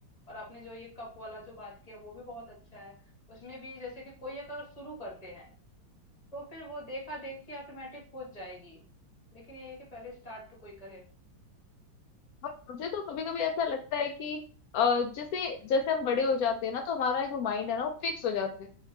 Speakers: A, on the left (about 20°); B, on the left (about 85°).
A: और आपने जो ये कप वाला जो बात किया वो भी बहुत अच्छा है उसमें भी जैसे कि कोई एक अगर शुरू करते हैं तो फिर वो देखा देखी ऑटोमेटिक हो जाएगी लेकिन ये है कि पहले स्टार्ट तो कोई करे
B: और मुझे तो कभी कभी ऐसा लगता है कि अ, जैसे जैसे हम बड़े हो जाते हैं ना तो हमारा जो माइंड है ना वो फिक्स हो जाता है